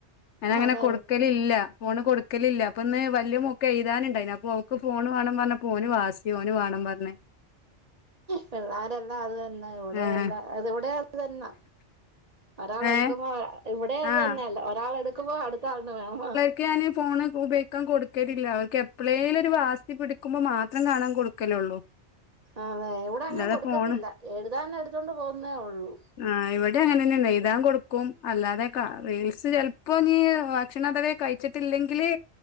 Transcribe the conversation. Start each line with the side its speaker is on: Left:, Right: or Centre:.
Left: ഞാനങ്ങനെ
Right: അതെ
Left: കൊടുക്ക ലില്ല ഫോണ് കൊടുക്കലില്ല അപ്പൊന്ന് വല്യ മോക്കെഴ്‌താന്ണ്ടായിനപ്പോക്ക് ഫോണ് വാണം പർഞ്ഞപ്പോന് വാസി ഓന് വാണം പർഞ്ഞ്
Right: പിള്ളേരെല്ലാം അത് തന്നെ ഇവിടെയെല്ല
Left: ഏഹ്
Right: അതിവിടെ അതന്ന ഒരാളെഎടുക്കുമ്പോ
Left: ഏഹ്
Right: ഇവിടെ അത്
Left: ആഹ്
Right: തന്നെ അല്ല ഒരാൾ എടുക്കുമ്പോ അടുത്ത ആള്ന് വേണം
Left: ക്കെഞാന് ഫോണ് ഉപയ ക്കാൻ കൊടുക്കടലില്ല അവർക്കെപ്പളേലൊരു വാസി പിടിക്കുമ്പോ മാത്രം കാണാൻ കൊടുക്കലുള്ളൂ
Right: അതെ ഇവിടെ അങ്ങനെ
Left: അല്ലാതെ
Right: കൊടുക്കത്തില്ല
Left: ഫോണ്
Right: എഴുതാനെടുത്തോണ്ട് പോകുന്നേ ഉള്ളൂ
Left: ആഹ് ഇവിടേം അങ്ങനന്നെ എയ്താൻ കൊടുക്കും അല്ലാതെ ക റീൽസ് ചെലപ്പൊനീ ഭക്ഷണതവേ കഴിച്ചിട്ടില്ലെങ്കില്